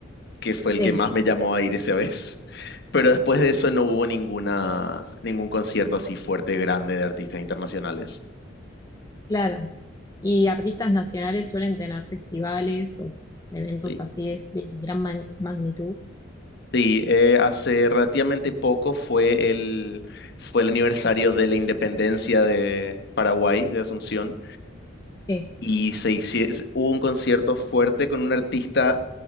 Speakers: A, on the left; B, on the left.
A: que fue
B: Sí,
A: el que más me llamó a ir esa vez. Pero después de eso no hubo ninguna, ningún concierto así fuerte, grande de artistas internacionales.
B: claro. Y artistas nacionales suelen tener festivales o eventos
A: Sí,
B: así de, de gran man- magnitud.
A: Sí, eh, hace relativamente poco fue el, fue el aniversario de la independencia de Paraguay, de Asunción,
B: Sí.
A: y se hici- hubo un concierto fuerte con un artista